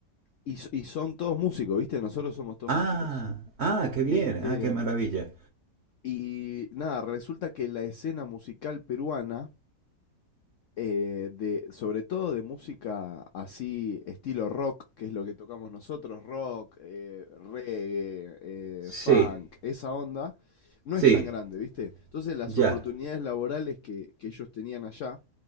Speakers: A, on the left; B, on the right.
A: y, s- y son todos músicos, viste, nosotros somos todos
B: Ah,
A: músicos.
B: ah, qué bien.
A: Este,
B: Ah, qué maravilla.
A: y nada, resulta que la escena musical peruana eh, de, sobre todo de música así, estilo rock, que es lo que tocamos nosotros, rock, eh, reggae, eh,
B: Sí,
A: funk, esa onda, no
B: sí,
A: es tan grande, ¿viste? Entonces las
B: ya.
A: oportunidades laborales que, que ellos tenían allá